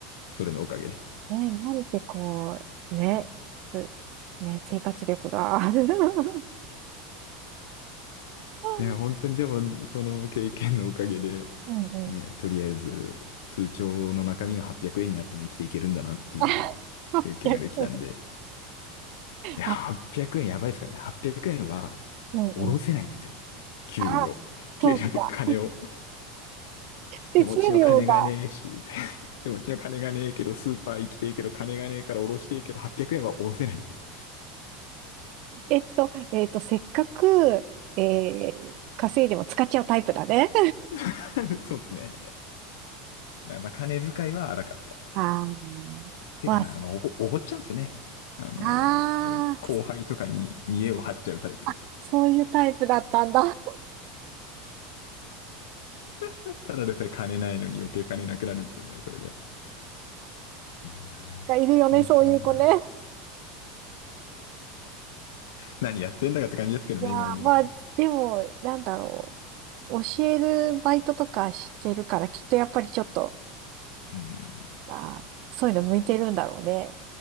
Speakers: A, on the left (about 85°); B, on the right (about 50°).
A: それのおかげで。
B: ね、なんでこう、ね、すね、生活力が。<laughs> う
A: いや、本当にでも、その経験のおかげで、
B: んうん。
A: ね、とりあえず、通帳の中身が800円になっても生きていけるんだなっていう経験ができたんで、
B: あ、逆。
A: いや、
B: あ、
A: 800円やばいですからね。800円は、
B: うんうん。
A: おろせないんですよ。給料。
B: あ、
A: 給料っていうか金を。
B: そうか。
A: 手持ちの金がねえし、
B: 手数料が。
A: <laughs> 手持ちの金がねえけど、スーパー行きてえけど、金がねえからおろしてえけど、800円はおろせないんです。
B: えっと、えっと、せっかく、えー、稼いでも使っちゃうタイプだね。
A: <laughs> そうですね。まあ、金遣いは荒かった。
B: ああ、
A: てかな、
B: まあ、
A: あの、おご、おごっちゃうんですよね。あの、
B: ああ、
A: 後輩とかに見栄を張っちゃうタイプ。
B: そうそういうタイプだったんだ。
A: <laughs> ただでさえ金ないのに余計金なくなるんですよね、それで。いやー、
B: がいるよね、
A: 本当にな。
B: そういう子ね。
A: 何やってんだかって感じですけどね、
B: いやー、
A: 今思うと。
B: まあ、でも、なんだろう。教えるバイトとかしてるから、きっとやっぱりちょっと、
A: うん。
B: あー、そういうの向いてるんだろうね。